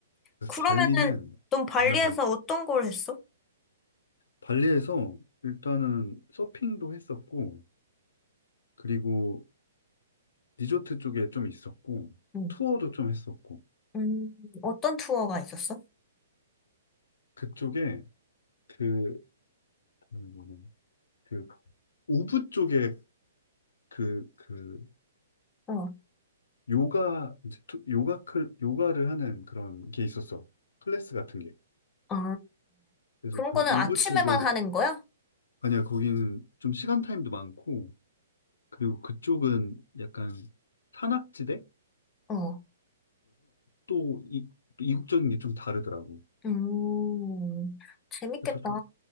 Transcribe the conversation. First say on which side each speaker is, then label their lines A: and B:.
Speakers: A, on the left; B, on the left.
A: 그래서
B: 그러면은
A: 발리는
B: 넌 발리에서
A: 정말 강.
B: 어떤 걸 했어?
A: 발리에서 일단은 서핑도 했었고 그리고 리조트 쪽에 좀 있었고
B: 응.
A: 투어도 좀 했었고
B: 음, 어떤 투어가 있었어?
A: 그쪽에 그 뭐냐면 그 우붓 쪽에 그그
B: 어,
A: 요가, 이제 투- 요가, 클, 요가를 하는 그런 게 있었어. 클래스 같은 게.
B: 아,
A: 그래서
B: 그런
A: 그
B: 거는
A: 오브
B: 그- 아침에만
A: 쪽은,
B: 하는 거야?
A: 아니야, 거기는 좀 시간 타임도 많고, 그리고 그쪽은 약간 산악지대여서
B: 어,
A: 또 이, 또 이국적인 게 좀 다르더라고.
B: 음, 재밌겠다.
A: 그래서 좀,